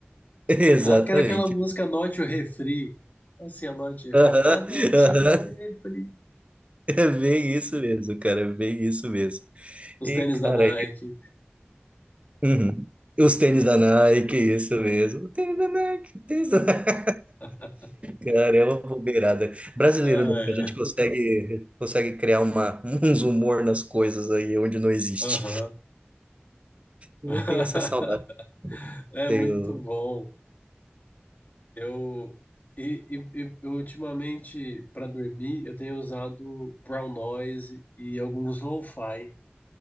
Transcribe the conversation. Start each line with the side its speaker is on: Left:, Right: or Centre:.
Right: <laughs> exatamente.
Left: Ah, que era aquela música Anote o Refri. Como assim, Anote o Refri?
Right: Aham,
Left: Anote
Right: aham.
Left: o Refri.
Right: <laughs> É bem isso mesmo, cara, é bem isso mesmo.
Left: Os
Right: E,
Left: tênis
Right: cara,
Left: da Nike.
Right: Uhum. Os tênis da Nike, isso mesmo. Tênis da Nike, tênis da <laughs>
Left: <laughs>
Right: Cara, é uma bobeirada. Brasileiro,
Left: Ah,
Right: né?
Left: é.
Right: A gente consegue, consegue criar uma, uns humor nas coisas aí onde não existe.
Left: Aham. <laughs>
Right: Eu tenho essa saudade.
Left: É
Right: Tenho
Left: muito bom. Eu, e, e- e- eu ultimamente, para dormir, eu tenho usado brown noise e alguns lo-fi,